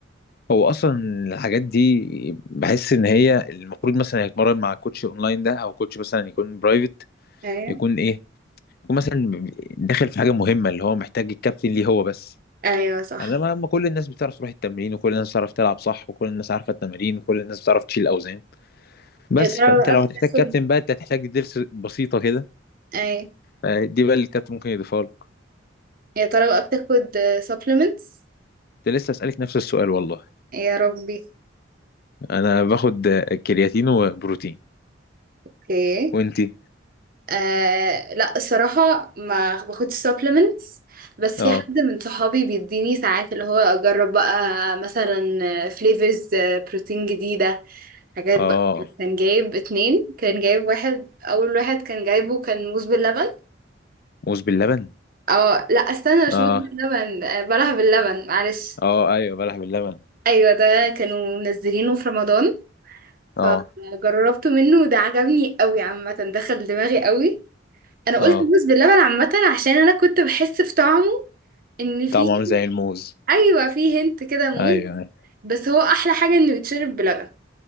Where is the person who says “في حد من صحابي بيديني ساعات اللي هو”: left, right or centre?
Right